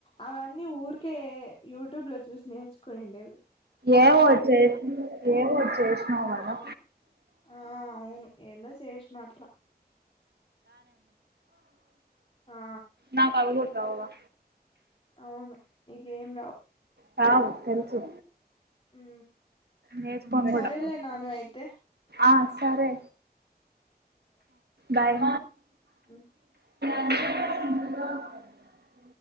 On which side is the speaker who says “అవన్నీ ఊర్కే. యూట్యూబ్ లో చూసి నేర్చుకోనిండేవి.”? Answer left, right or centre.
Left